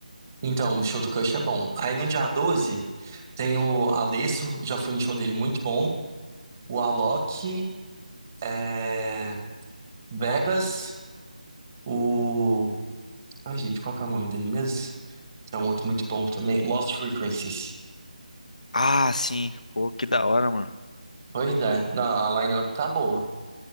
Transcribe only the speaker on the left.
Ah, sim. Pô, que da hora, mano.